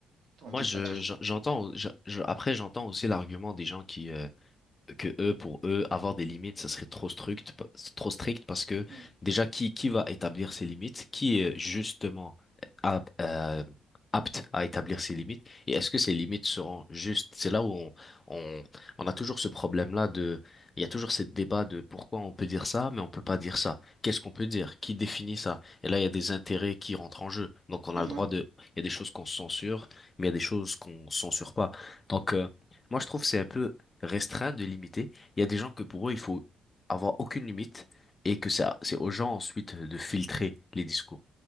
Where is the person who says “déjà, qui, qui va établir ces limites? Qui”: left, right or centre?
Left